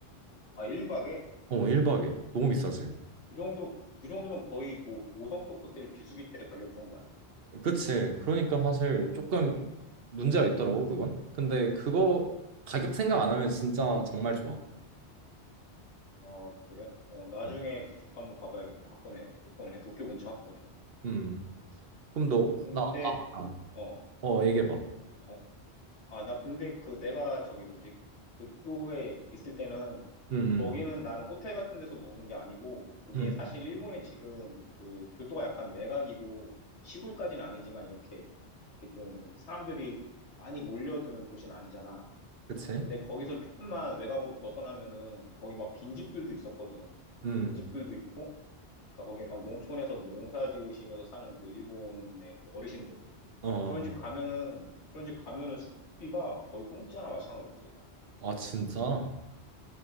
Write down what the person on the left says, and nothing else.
아, 1박에?
이 정도, 그 정도면 거의 뭐 5성급 호텔 비수기 때 가격 정도 아니야?
어,
어, 그래? 어, 나중에
그쪽도 한번 가봐야겠네. 학군에, 학군에, 도쿄 근처 학군에.
근데,
어,
어, 아, 나 근데 그 내가 저기 뭐지? 교토에 있을 때는
거기는
나는 호텔 같은 데서 묵은 게 아니고 그게
사실 일본에 지금 그 교토가 약간 외곽이고 시골까지는 아니지만 이렇게, 이렇게 좀 이렇게 사람들이 많이 몰려드는 도시는 아니잖아.
근데 거기서 조금만 외곽으로 벗어나면은 거기 막 빈집들도 있었거든.
빈집들도 있고 그러니까 거기 막 농촌에서 농사 지으시면서 사는 그 일본의 그 어르신들.
그런 집 가면은, 그런 집 가면은 숙박비가 거의 공짜나 마찬가지였어, 난.